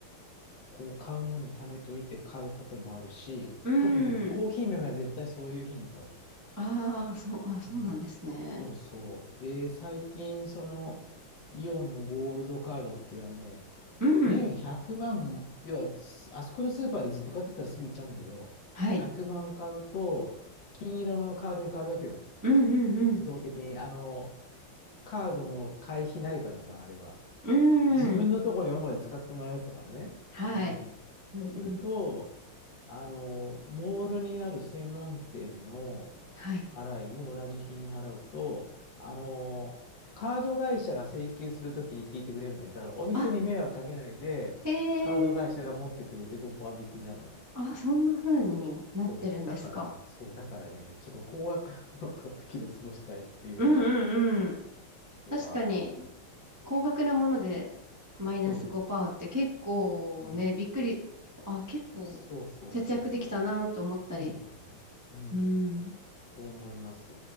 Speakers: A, on the left; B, on the right.
A: こう、買うものを貯めといて買うこともあるし、
B: うん。
A: 特にね、コーヒー豆は絶対そういう日に買う。
B: うん。ああ、そう、あ、そうなんですね。
A: うんそうそう。で、最近、その、イオンのゴールドカードっていう、あのね、
B: うん。
A: 年100万、要は、すあそこのスーパーでずっと買ってたらすぐ行っちゃうんだけど、
B: はい。
A: 100万買うと、金色のカードに変わるわけよ。
B: うんうん
A: 自動的に。あの、カードの会費ないからさ、あれは。
B: うん。
A: 自分のとこに主に使ってもらうやつだからね。
B: うん。はい。
A: うん。
B: うんうん。
A: そうすると、あの、モールにある専門店の
B: はい。
A: 払いも同じ日に払うと、あの、カード会社が請求するときに引いてくれるのね。だからお店に迷惑かけないで、
B: あ、へえ。
A: カード会社が持ってくれて5%引きなのね。
B: あ、そんな風になってるんですか。
A: そう。だから、そう。だからね、ちょっと高額なものを買うときはそうしたいっていう
B: うんうんうん。
A: のはあります。
B: 確かに、高額なものでマイナス5%
A: そ
B: って結構ね、
A: う。ね。
B: びっくり、あ、結構節約できたなと思ったり
A: そうそうそうそう。そうなのね。うん。
B: うん
A: そう思います。